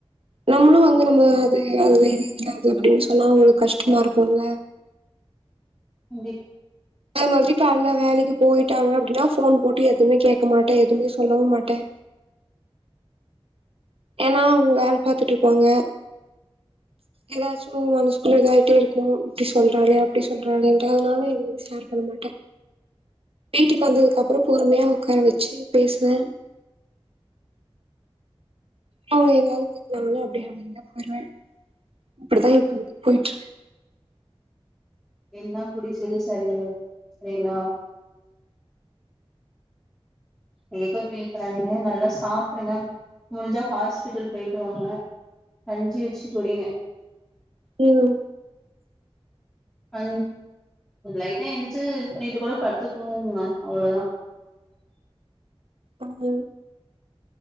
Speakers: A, on the right (about 65°); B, in the centre.
A: நம்மளும் வந்து நம்ம அது அது இதுலது அப்படின்னு சொன்னா அவங்களுக் கஷ்டமா இருக்கும்ள
B: கண்டிப்
A: அத மாதரி காலைல வேலைக்கு போயிட்டாங்க ந அப்படின்னா போன் போட்டு எதுவுமே கேக்க மாட்டேன் எதுவுமே சொல்லவும் மாட்டே ஏனா அவங்க வேல பாத்துட்டு இருப்பாங்க ஏதாச்சும் மனசுக்குள்ள தாயிட்டே இருக்கும் இப்படி சொல்றாலே அப்படி சொல்றாலே அதனால எதுவும் ஷேர் பண்ண மாட்டேன் வீட்டுக்கு வந்ததுக்கு அப்புறம் பொறுமையா உக்கார வச்சு பேசுவேன் அவங்க ஏதாவது திட்ங்கன்னா அப்படியே அமைதியா போயிருவேன் அப்டித்தான் ப்ப போயிட் இருக்கு
B: என்ன குடிச்சது சரியா சரிலா <unintelligible> <unintelligible> டாதீங்க நல்லா சாப்பிடுங்க முடிஞ்சா ஹாஸ்பிட்டல் போயிட்டுவாங்க கஞ்சி வச்சு குடிங்க
A: ம்
B: அ லைட்டா எந்திச்சு இது பண்ணிட்டு கூட படுத்து தூங்கனா அவ்ளோதான்
A: அது